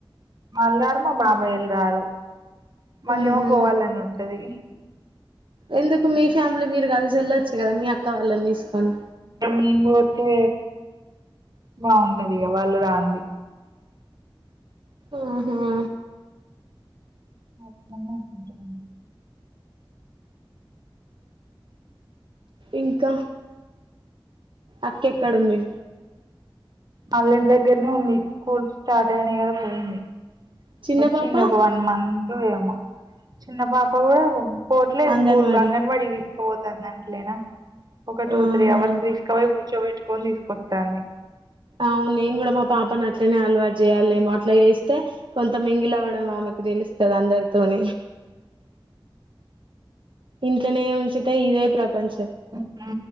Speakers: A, on the right; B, on the right.
A: వాళ్ళు రారు మా బాబాయ్ వాళ్ళు రారు మాకేమో
B: ఆహా
A: పోవాలని ఉంటది
B: ఎందుకు మీ ఫ్యామిలీ మీరు కలిసి వెళ్ళొచ్చు కదా మీ అక్క వాళ్ళని తీసుకొని
A: మేము పోతే బాగుండది ఇక వాళ్ళు రాంది
B: ఆహా
A: <unintelligible> పోయిన కొంచెం
B: ఇంకా అక్క ఎక్కడుంది
A: వాల్ల ఇంటి దగ్గరనే ఉంది స్కూల్స్ స్టార్ట్ అయినాయి కదా పోయింది
B: చిన్న
A: వచ్చింది
B: పాప
A: ఒక వన్ మంత్ ఏమో చిన్న పాప కూడా పోవట్లేదు
B: అంగన్వాడి
A: స్కూల్ అంగన్వాడీ తీసుపోతాను దానికి లేనా ఒక టూ
B: ఆహా
A: త్రీ అవర్స్ తీసు పోయి కూర్చోబెట్టుకొని తీసుకొస్తాంది
B: అవును నేను కూడా మా పాపను అట్లనే అలవాటు చేయాలి ఏమో అట్లా చేస్తే కొంత మింగిలి అవ్వడం ఆమెకు తెలుస్తది అందరితోని ఇంట్లొనే ఉంచితే ఇదే ప్రపంచం
A: ఉ